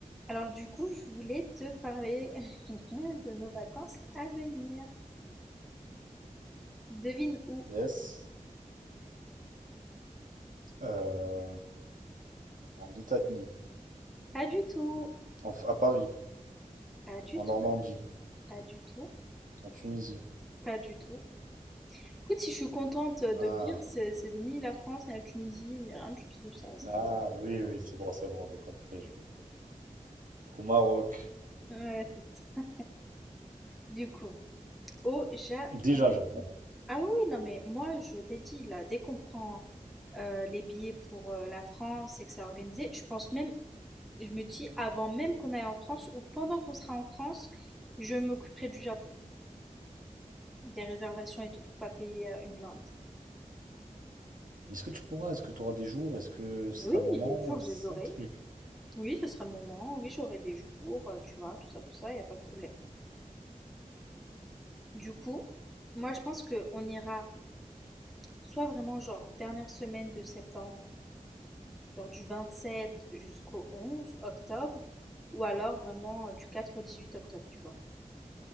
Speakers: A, in the centre; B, on the right.
A: Alors du coup, je voulais te parler <laughs> de nos vacances à venir. Devine où?
B: Yes. Euh, en Italie,
A: Pas du tout,
B: en F- à Paris,
A: pas du
B: en
A: tout,
B: Normandie,
A: pas du tout,
B: en Tunisie.
A: pas du tout. Écoute, si je suis contente de
B: Ah,
A: le dire, c'est c'est ni la France, ni la Tunisie, ni rien du tout, ça, ça
B: ah
A: m'intéresse.
B: oui, oui, c'est bon, c'est bon, j'ai compris, j'ai compris. Au Maroc,
A: Ouais, c'est ça. Du coup, au Japon.
B: déjà Japon.
A: Ah oui, non mais moi, je t'ai dit, là, dès qu'on prend euh, les billets pour euh, la France et que c'est organisé, je pense même Je me dis, avant même qu'on aille en France ou pendant qu'on sera en France, je m'occuperai du Japon, des réservations et tout pour pas payer euh, une blinde.
B: Mais est-ce que tu pourras? Est-ce que tu auras des jours? Est-ce que ce
A: Oui,
B: sera le moment?
A: les jours, je
B: C'est
A: les aurai.
B: ça le truc.
A: Oui, ce sera le moment, oui, j'aurai des jours, euh, tu vois, tout ça, tout ça, il n'y a pas de problème. Du coup, moi je pense qu'on ira soit vraiment genre dernière semaine de septembre, genre du 27 jusqu'au 11 octobre, ou alors vraiment euh, du 4 au 18 octobre, tu vois.